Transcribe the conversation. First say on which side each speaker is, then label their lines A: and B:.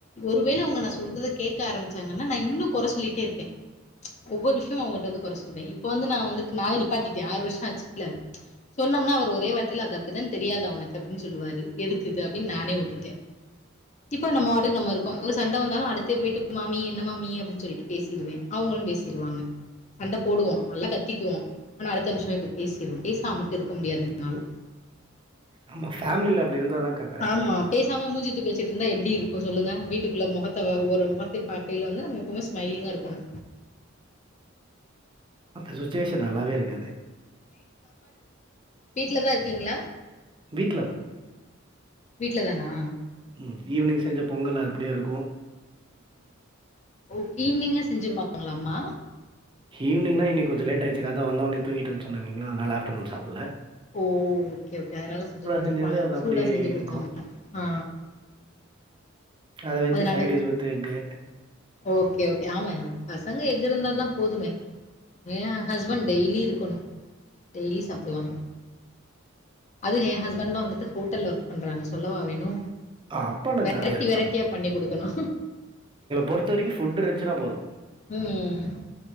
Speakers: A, on the left (about 35°); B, on the right (about 25°).
A: ஒரு வேல நா சொல்றத கேக்க ஆரம்பிச்சாங்கனா இன்னு கொற சொல்லிட்டே இருப்பே ஒவ்வொரு விஷ் யத்திலு அவங்கிட்ட வந்து கொற சொல்வே இப்ப வந்து நா வந்துட்டு நானே நிப்பாட்டிட்டே ஆறு வர்ஷோ ஆச்சுல்ல சொன்னம்னா அவர் ஒரே வார்த்தில அது அப்டிதான் தெரியாதா ஒனக்கு அப்டின் சொல்லுவாரு எதுக்கிது அப்டின் நானே உட்டுட்டே இப்ப நம்ம பாட்டுக்கு நம்ம இருக்கோ ஒரு சண்ட வந்தாலு அடுத்தே போயிட்டு மாமி என்ன மம்மி அப்டின் சொல்லிட்டு பேசிருவே அவங்களு பேசிருவாங்க சண்ட போடுவோ நல்லா கத்திக்குவோ ஆனா அடுத்த நிமிஷமே போய் பேசிடுவோ பேசாமாமட்டு இருக்க முடியாது என்னால
B: ஆமா ஃபேமிலில அப்படி இருந்தா தான்க்கா கரெக்ட்டா
A: ஆமா
B: இருக்கும்.
A: பேசாம மூஞ்சிய தூக்கிவச்சிட்டு இருந்தா எப்டி இருக்கு சொல்லுங்க வீட்டுக்குள்ள முகத்த ஒரு ஒரு வாட்டி பாக்கையில வந்து நம்ம எப்புமே ஸ்மைைலிங்கா இருக்கணு
B: அந்த சுச்சுவேஷன் நல்லாவே இருக்காது
A: வீட்ல தா இருக்கீங்களா
B: வீட்ல தா
A: வீட்ல தானா
B: ம் ஈவினிங் செஞ்ச பொங்கல் அப்டியே இருக்கு
A: ஓ ஈவினிங்கா செஞ்சிருவா ங்ளாமா
B: ஈவினிங்னா இன்னிக் கொஞ்ச லேட் ஆயிச்சுக்கா அதா வந்த ஒட்னே தூங்கிட்டன் சொன்னே இல்லைங்களா அதனால ஆப் டர்நூன் சாப்பிட்ல
A: ஓ ஓகே ஓகே அதனால செஞ்சு குடுத்துருப்பாங்க
B: செஞ்சது அது
A: சூடா
B: அப்படியே
A: செஞ்சு
B: இருக்கும்.
A: குடுத்தாங்க ஆ
B: அத வச்சு
A: அதனால
B: side dish with egg
A: okay okay ஆமா பசங்க எக்கு இருந்தா தா போதுமே எ ஹஸ்பண்ட் டெய்லி இருக்கணு டெய்லி சாப்பிடுவாங்க அது எ ஹஸ்பண்ட்லா வந்துட்டு ஹோட்டல்ல ஒர்க் பண்றாங்க சொல்லவா வேணு
B: அ அப்ப நான்
A: வெரைட்டி
B: ஜாலியா இருக்கலாம்.
A: வெரைட்டியா பண்ணி குடுக்குணு
B: பொறுத்த வரைக்கு ஃபுட்டு இருன்சினா போது
A: ம்